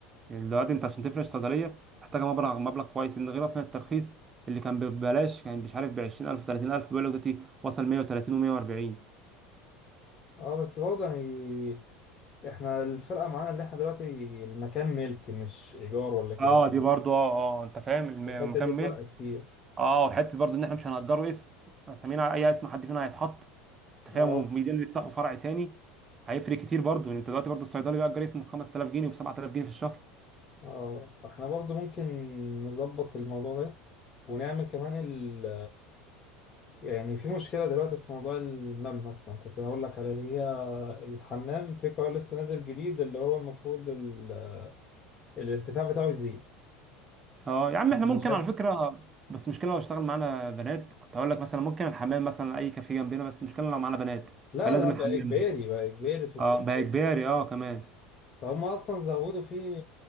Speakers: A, on the right (about 25°); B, on the left (about 35°).
A: يعني دلوقتي انت عشان تفرش صيدليه محتاجه مبلغ مبلغ كويس ان غير اصلا الترخيص اللي كان ببلاش كان مش عارف ب 20000 30000 بيقول لك دلوقتي وصل 130 و140
B: اه بس برضه يعني احنا الفرقه معانا اللي احنا دلوقتي المكان ملك مش ايجار ولا كده
A: اه دي برضو اه اه انت فاهم الم-
B: الحته
A: المكان
B: دي فرق كتير
A: اه وحته برضه ان احنا مش هنأجره اسم اسامينا اي اسم حد فينا هيتحط انت
B: اه
A: فاهم وبيدين يفتحوا فرع تاني هيفرق كتير برضه يعني انت دلوقتي برضه الصيدلي بيأجر اسمه ب 5000 جنيه وب 7000 جنيه في الشهر
B: اه فاحنا برضه ممكن نظبط الموضوع ده ونعمل كمان ال يعني في مشكلة دلوقتي في موضوع المبنى أصلا كنت هقول لك على اللي هي الحمام في قرار لسه نازل جديد اللي هو المفروض ال... الارتفاع بتاعه يزيد
A: اه يا عم احنا
B: أنا
A: ممكن
B: شايف
A: على فكره بس المشكله لو اشتغل معانا بنات كنت هقول لك مثلا ممكن الحمام مثلا اي كافيه جنبنا بس المشكله لو معانا بنات
B: لا
A: فلازم
B: ده
A: الحمام
B: بقى إجباري
A: ده
B: بقى إجباري في الصيف
A: اه بقى اجباري اه كمان
B: فهم أصلا زودوا فيه